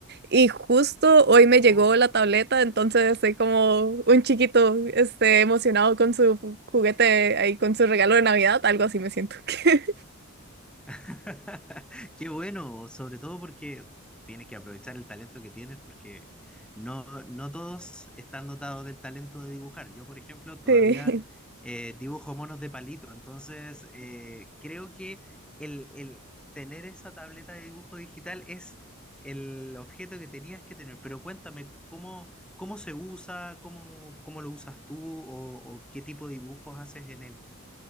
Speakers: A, on the right; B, in the centre.
A: y justo hoy me
B: No.
A: llegó la tableta, entonces estoy como un chiquito, este, emocionado con su juguete ahí, con su regalo de Navidad, algo así me siento. <laughs>
B: <laughs> Qué bueno, sobre todo porque tienes que aprovechar el talento que tienes, porque no, no todos están dotados del talento de dibujar. Yo, por ejemplo, todavía
A: Sí.
B: eh, dibujo monos de palito, entonces eh, creo que el, el tener esa tableta de dibujo digital es el objeto que tenías que tener. Pero cuéntame, ¿cómo, cómo se usa? ¿Cómo, cómo lo usas tú? ¿O, o qué tipo de dibujos haces en él?